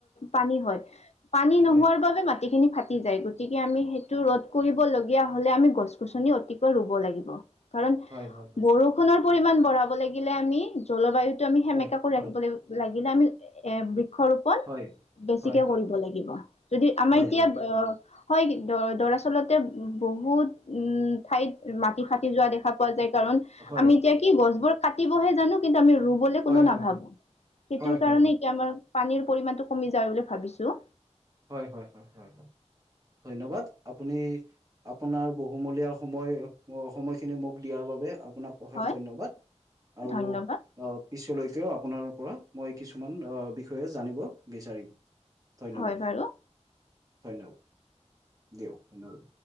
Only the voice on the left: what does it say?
পানী হয়, পানী নোহোৱাৰ
বাবে মাটিখিনি ফাটি যায়। গতিকে, আমি সেইটো ৰধ কৰিবলগীয়া হ'লে আমি গছ গছনি অতিকৈ ৰুব লাগিব। কাৰণ
বৰষুণৰ পৰিমাণ বঢ়াব লাগিলে, আমি জলবায়ুতটো আমি সেমেকা
কৰি
ৰাখিব লাগিব। লাগিলে আমি এ বৃক্ষ ৰোপন
বেছিকে
কৰিব লাগিব যদি আমি
এতিয়া
আহ হয় দে দৰাচলতে বহুত উম, ঠাইত মাটি ফাটি যোৱা দেখা পোৱা যায়। কাৰণ
আমি এতিয়া কি গছবোৰ কাটিবহে জানোঁ। কিন্তু আমি ৰু ৰুবলৈ
কোনো
নাভাবোঁ।
সেইটোৰ
কাৰণে
এতিয়া আমাৰ পানীৰ পৰিমণটো কমি যায় বুলি ভাবিছোঁ।
হয়
ধন্যবাদ
হয় বাৰু।